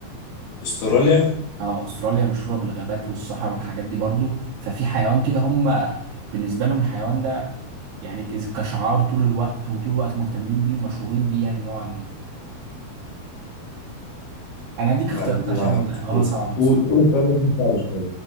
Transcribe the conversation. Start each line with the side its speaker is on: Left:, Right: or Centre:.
Left: استراليا
Right: اه استراليا مشهوره بالغابات والصحراء والحاجات دي برضو ففي حيوان كده هم بالنسبه لهم الحيوان ده يعني كز- كشعار طول الوقت وطول الوقت مهتمين بيه ومشهورين بيه يعني ان هو عندهم انا اديك
Left: على
Right: اختيارات
Left: قد ما
Right: عشان
Left: أعرف.
Right: اه صعب بصراحه
Left: قول قول استراليا دي صعبة شوية